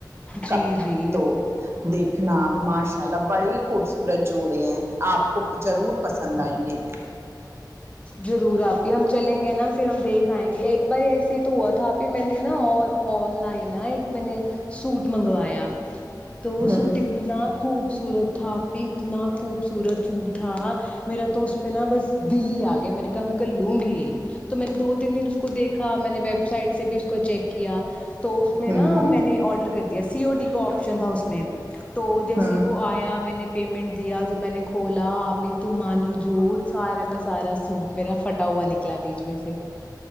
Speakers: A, on the left; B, on the right.
A: جی
B: کپ
A: جی
B: تو دیکھنا آپ ماشاء اللہ بڑے ہی خوبصورت جوڑے ہیں آپ کو ضرور پسند آئیں گے
A: ضرور آپی ہم چلیں گے نا پھر ہم دیکھ آئیں گے ایک بار ایسے ہی تو ہوا تھا اپی میں نے نا آن آن لائن نہ ایک میں نے سوٹ منگوایا تو وہ
B: ہ
A: سوٹ اتنا خوب خوبصورت تھا آپی اتنا خوبصورت سوٹ تھا میرا تو اس پہ نا بس دل ہ آ گیا میرے کہ میں کل لوں گی تو میں نے دو تین دن اس کو دیکھا میں نے ویب سائٹ سے بھی اس کو چیک کیا تو اس میں
B: ہ
A: نا
B: ہ
A: میں نے آڈر کر دیا سی او ڈی کو آپشن تھا اس میں تو جیسے
B: ہ
A: وہ آیا میں نے پیمنٹ دیا جب میں نے کھولا آپی تو مانو جھوٹ سارا کا سارا سوٹ میرا فھٹا ہوا نکلا بیچ میں سے